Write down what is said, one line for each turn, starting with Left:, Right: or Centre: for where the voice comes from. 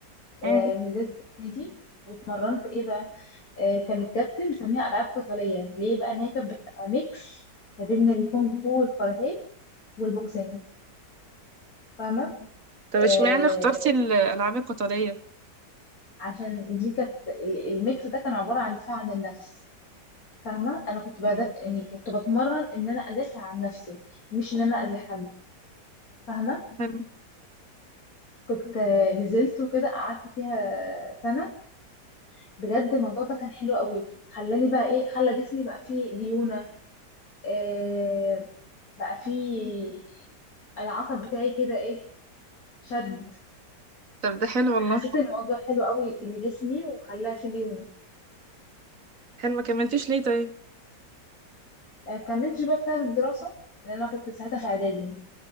Right: مم.
Left: آه، نزلت النادي واتمرنت ايه بقى آه، كان الكابتن مسميها العاب قتالية ليه بقى ان هي كانت بتبقى ميكس ما بين الكونغ فو والكاراتيه والبوكسينج فاهمة
Right: طب
Left: آه،
Right: اشمعنى اخترتي الألعاب القتالية؟
Left: عشان دي كانت ال- الميكس ده كان عبارة عن دفاع عن النفس فاهمة أنا كنت بدأ
Right: مم.
Left: يعني كنت بتمرن إن أنا أدافع عن نفسي مش إن أنا أذي حد فاهمة
Right: حلو
Left: كنت آه، نزلت وكده قعدت فيها سنة بجد الموضوع ده كان حلو قوي خلاني بقى إيه خلى جسمي بقى فيه ليونة آه بقى فيه العصب بتاعي كده إيه شد
Right: طب ده حلو والله
Left: حسيت الموضوع حلو قوي لجسمي وخلاه فيه ليونة
Right: حلو ما كملتيش ليه طيب؟
Left: آه، كملتش بقى بسبب الدراسة لأن أنا كنت ساعتها في إعدادي